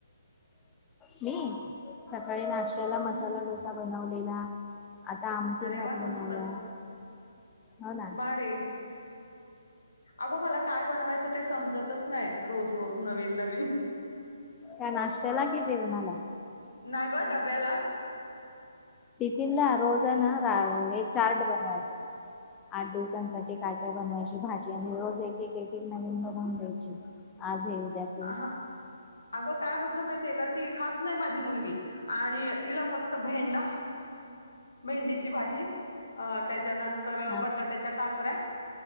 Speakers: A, on the left; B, on the left.
A: मी, सकाळी नाश्त्याला
B: हं?
A: मसाला डो सा बनवलेला, आता आमटी
B: अरे
A: भात
B: वा मस्त
A: बनवला. हो ना
B: भारी अगो मला काय बनवायचं ते समजतच नाय, रोज रोज नवीन नवीन.
A: काय नाष्ट्याला की जेवनाला?
B: नाही ग डब्याला
A: टिफिन ला रोज ना हे चार्ट बनवायचा. आठ दिवसांसाठी काय काय बनवायची भाजी, आणि रोज एक एक एक एक नवीन बनवून द्यायची. आज हे उद्या ते
B: हा, अगं काय होतं माहितय का, ती खात नाही माझी मुलगी. आणि तिला फक्त भेंडा भेंडीची भाजी, अं त्याच्यानंतर
A: हा
B: बटाट्याच्या काचऱ्या.